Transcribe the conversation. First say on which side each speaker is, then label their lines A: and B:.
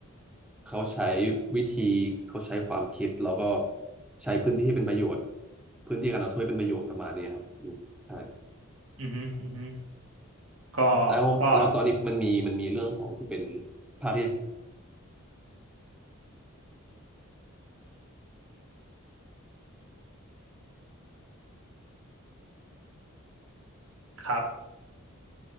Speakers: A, in the centre; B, on the right (about 75°).
A: เขาใช้วิธีเขาใช้ความคิดแล้วก็ใช้พื้นที่ให้เป็นประโยชน์พื้นที่การเอาช่วยเป็นประโยชน์ประมาณนี้ครับอืมใช่
B: อือฮึอือฮึ ก็
A: แล้วแล้วตอนนี้มันมีมันมีเรื่องของที่เป็น
B: ก็
A: ภาคที่
B: ครับ